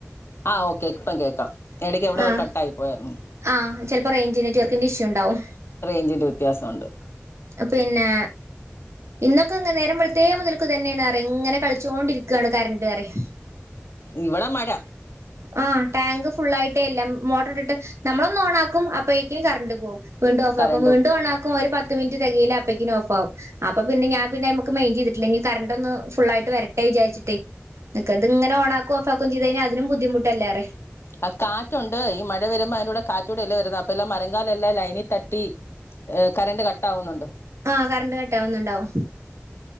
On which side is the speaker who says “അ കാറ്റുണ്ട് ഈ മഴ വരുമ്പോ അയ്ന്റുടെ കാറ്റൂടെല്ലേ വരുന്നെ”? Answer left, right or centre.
Left